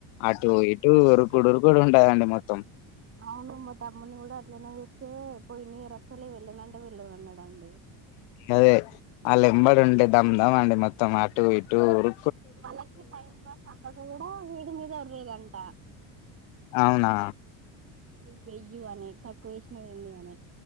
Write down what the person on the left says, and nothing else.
అటు ఇటు ఉరుకుడు ఉరుకుడు ఉంటదండి మొత్తం
అదే ఆల్లెంబడి ఉంటే దమ్దం అండి మొత్తం అటు ఇటు ఊరు
అవునా